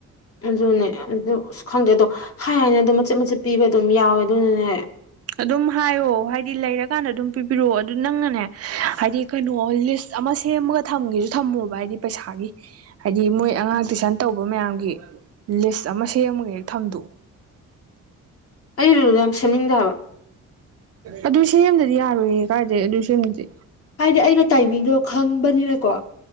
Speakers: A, on the left (about 50°); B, on the right (about 50°).
A: ꯑꯗꯨꯅꯦ ꯑꯗꯨ ꯑꯁ ꯈꯪꯗꯦ ꯑꯗꯣ ꯍꯥꯏ ꯍꯥꯏꯅ ꯑꯗꯨꯝ ꯃꯆꯤꯠ ꯃꯆꯤꯠ ꯄꯤꯕ ꯑꯗꯨꯝ ꯌꯥꯎꯋꯦ ꯑꯗꯨꯅꯅꯦ
B: ꯑꯗꯨꯝ ꯍꯥꯏꯌꯣ ꯍꯥꯏꯗꯤ ꯂꯩꯔꯛ ꯀꯥꯟꯗ ꯑꯗꯨꯝ ꯄꯤꯕꯤꯔꯛꯑꯣ ꯑꯗꯨ ꯅꯪꯅꯅꯦ ꯍꯥꯏꯗꯤ ꯀꯩꯅꯣ ꯂꯤꯁ ꯑꯃ ꯁꯦꯝꯃꯒ ꯊꯝꯒꯦꯁꯨ ꯊꯝꯃꯣꯕ ꯍꯥꯏꯗꯤ ꯄꯩꯁꯥꯒꯤ ꯍꯥꯏꯗꯤ ꯃꯣꯏ ꯑꯉꯥꯡ ꯇꯨꯏꯁꯟ ꯇꯧꯕ ꯃꯌꯥꯝꯒꯤ ꯂꯤꯁ ꯑꯃ ꯁꯦꯝꯃꯒꯦ ꯍ‌ꯦꯛ ꯊꯝꯗꯣꯛꯎ
A: ꯑꯩ ꯔꯨꯜꯗꯣ ꯌꯥꯝ ꯁꯦꯝꯅꯤꯡꯗꯦ ꯍꯥꯢꯕ
B: ꯑꯗꯨ ꯁꯦꯝꯗ꯭ꯔꯗꯤ ꯌꯥꯔꯣꯏꯌꯦ ꯀꯥꯏꯗꯩ ꯑꯗꯨ ꯁꯦꯝꯗ꯭ꯔꯗꯤ
A: ꯍꯥꯏꯗꯤ ꯑꯩꯅ ꯇꯥꯏꯃꯤꯡꯗꯣ ꯈꯪꯕꯅꯤꯅꯀꯣ